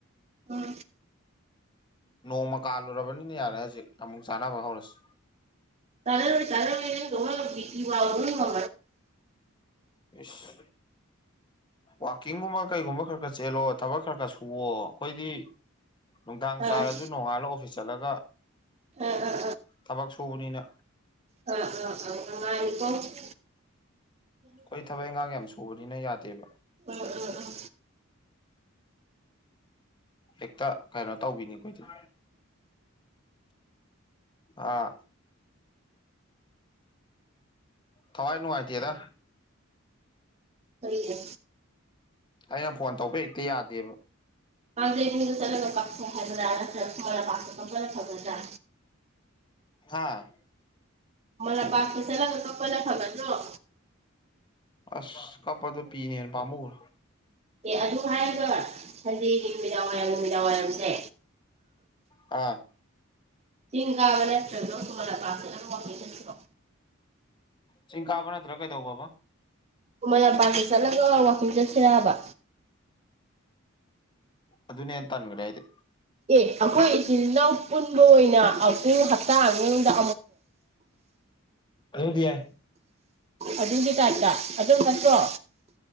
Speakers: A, on the right; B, on the left.
A: ꯎꯝ
B: ꯅꯣꯡꯃ ꯀꯥꯜꯂꯨꯔꯕꯅꯤꯅ ꯌꯥꯔꯦ ꯍꯧꯖꯤꯛ ꯑꯃꯨꯛ ꯆꯥꯅꯕ ꯍꯧꯔꯁꯤ
A: ꯇꯔꯣ ꯇꯔ ꯂꯩꯔ <inaudible> ꯇꯣꯂ ꯇꯤ ꯋꯥ ꯋꯥ ꯃ
B: ꯏꯁ ꯋꯥꯛꯀꯤꯡꯒꯨꯝꯕ ꯀꯩꯒꯨꯝꯕ ꯈꯔ ꯈꯔ ꯆꯦꯜꯂꯣ ꯊꯕꯛ ꯈꯔ ꯈꯔ ꯁꯨꯑꯣ ꯑꯩꯈꯣꯏꯗꯤ ꯅꯨꯡꯗꯥꯡ
A: ꯑꯥ
B: ꯆꯥꯔꯁꯨ ꯅꯣꯡꯉꯥꯜꯂꯒ ꯑꯣꯐꯤꯁ ꯆꯠꯂꯒ
A: ꯑꯥ ꯑꯥ
B: ꯊꯕꯛ ꯁꯨꯕꯅꯤꯅ
A: ꯑ ꯑ <inaudible> ꯀꯅꯤꯄꯣ <inaudible>
B: ꯑꯩꯈꯣꯏ ꯊꯕꯛ ꯏꯪꯈꯥꯡ ꯌꯥꯝ ꯁꯨꯕꯅꯤꯅ ꯌꯥꯗꯦꯕ
A: ꯎꯝ ꯎꯝ ꯎꯝ
B: ꯍꯦꯛꯇ ꯀꯩꯅꯣ ꯇꯧꯕꯤꯅꯤ ꯑꯩꯈꯣꯏꯗꯤ ꯑꯥ ꯊꯋꯥꯏ ꯅꯨꯡꯉꯥꯏꯇꯦꯗ
A: ꯀꯩꯒꯤ
B: ꯑꯩꯅ ꯐꯣꯟ ꯇꯧꯕ ꯍꯦꯛꯇ ꯌꯥꯗꯦꯕ
A: ꯀꯪꯖꯩꯄꯨꯡꯗ ꯆꯠꯂꯒ ꯀꯥꯞꯁꯦ ꯍꯥꯏꯕꯔꯥ ꯅꯠꯇ꯭ꯔꯒ ꯈꯨꯃꯥꯜꯂꯥꯝꯄꯥꯛꯇ ꯀꯥꯞꯄꯅ ꯐꯒꯗ꯭ꯔꯥ
B: ꯍꯥꯥ
A: ꯈꯨꯃꯥꯜ ꯂꯥꯝꯄꯥꯛꯇ ꯆꯠꯂꯒ ꯀꯥꯞꯄꯅ ꯐꯥꯒꯗꯔꯣ
B: ꯑꯁ ꯀꯞꯄꯗꯣ ꯄꯤꯅ ꯍꯦꯟꯅ ꯄꯥꯃꯨꯢ
A: ꯑꯦ ꯑꯗꯨ ꯍꯥꯏꯔꯒ ꯁꯟꯗꯦꯒꯤ ꯅꯨꯃꯤꯗꯥꯡ ꯋꯥꯏꯔꯝ ꯅꯨꯃꯤꯗꯥꯡ ꯋꯥꯏꯔꯝꯁꯦ
B: ꯑ
A: ꯆꯤꯡꯒꯥꯕ ꯅꯠꯇ꯭ꯔꯂ ꯈꯨꯃꯥꯜꯂꯥꯝꯄꯥꯛꯇ ꯋꯥꯛꯀꯤꯡ ꯆꯠꯁꯤꯔꯣ
B: ꯆꯤꯡꯀꯥꯕ ꯅꯠꯇ꯭ꯔ ꯀꯩꯗꯧꯕꯕꯥ
A: ꯈꯨꯃꯥꯜꯂꯥꯝꯄꯥꯛꯇ ꯆꯠꯂꯒ ꯋꯥꯥꯛꯀꯤꯡ ꯆꯠꯁꯤꯔꯕ
B: ꯑꯗꯨꯅꯦ ꯍꯦꯟꯅ ꯇꯥꯟꯒꯔꯦ ꯑꯩꯗꯤ
A: ꯑꯦ ꯑꯩꯈꯣꯏ ꯏꯆꯤꯜ ꯏꯅꯥꯎ ꯄꯨꯟꯕ ꯑꯣꯏꯅ ꯑ <inaudible> ꯇ ꯍꯥꯠꯇ ꯑꯉꯗꯉ
B: ꯑꯗꯨꯗꯤ ꯌꯥꯏ
A: ꯑꯗꯨꯒꯤ ꯇꯥꯏꯞꯇ ꯑꯗꯨꯅ ꯐꯠꯇ꯭ꯔꯣ